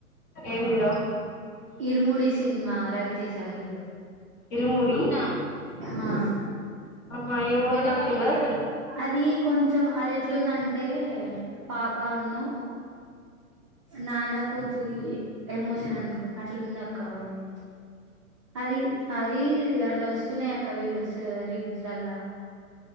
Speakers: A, on the left (about 25°); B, on the right (about 25°).
A: ఏంటిదిరా
B: ఇరుముడి సినిమా రవితేజ హీరో
A: ఇరుమూడి నా
B: హా
A: ఆహా రా ఏమో నాకు తెల్వదు
B: అది కొంచెం అది ఎట్లుందంటే పాపఉన్ను నాన్న కూతురి ఎమోషన్ అనుకుంట అట్లాంది. అక్క అవును అది అది అల్లా వస్తున్నాయి. అక్క వీడియోస్ రీల్స్ లాల్ల